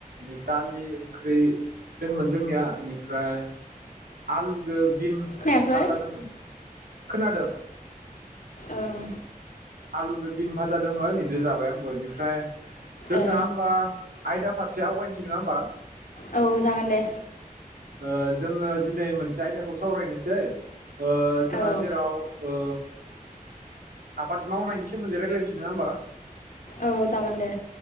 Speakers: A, on the right; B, on the left.
A: नै दालि ओंख्रि दंमोन जोंनिया ओनिफ्राय आलुदो बिन
B: खोनायाखै
A: भाजादोंमोन खोनादों
B: ओं
A: आलुदो बिन भाजादोंमोन इदो जाबाय आं बेनिफ्राय जों
B: ए
A: दा होमबा आयदा फारसे आवगायनोसै नोङा होमबा
B: औ जागोन दे
A: ओ जोङो दिनै मोनसे आयदाखौ सावरायनोसै ओ जोंहा
B: औ
A: जेराव ओ आबाद मावनायनि सोमोन्दै रायजलायनोसै नोङा होमबा
B: औ जागोन दे